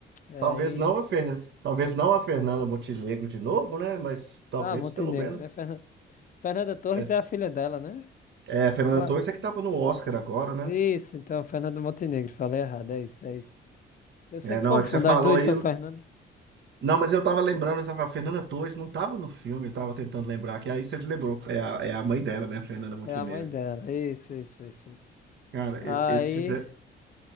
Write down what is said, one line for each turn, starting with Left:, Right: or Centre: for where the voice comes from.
Left: É
Right: Talvez
Left: aí,
Right: não a Fer... talvez não a Fernanda Montenegro de novo, né? Mas talvez
Left: ah, Montenegro,
Right: pelo menos.
Left: né? Fernanda, Fernanda Torres
Right: É,
Left: é a filha dela, né?
Right: é, a Fernanda
Left: Ué,
Right: Torres é que tava no Oscar agora, né?
Left: Isso, então, Fernanda Montenegro, falei errado, é isso, é isso. Eu sempre
Right: É, não,
Left: confundo,
Right: é que você falou
Left: as duas
Right: aí.
Left: são Fernandas.
Right: Não, mas eu tava lembrando, eu tava, a Fernanda Torres não tava no filme, eu tava tentando lembrar, que aí você lembrou. É a, é a mãe dela, né, a Fernanda Montenegro.
Left: É a mãe dela. Isso, isso, isso, isso.
Right: Cara,
Left: Aí.
Right: e- eles fizeram.